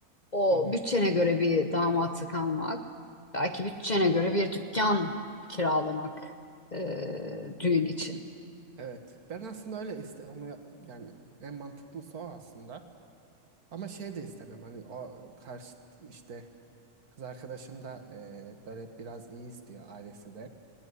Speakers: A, on the left; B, on the right.
A: o
B: hı hı.
A: bütçene göre bir damatlık almak, belki bütçene göre bir dükkan kiralamak e, düğün için.
B: Evet. Ben aslında öyle iste onu ya- yani en mantıklısı o aslında. Ama şey de istemem hani o karşı işte kız arkadaşım da eee, böyle biraz iyi istiyor ailesi de.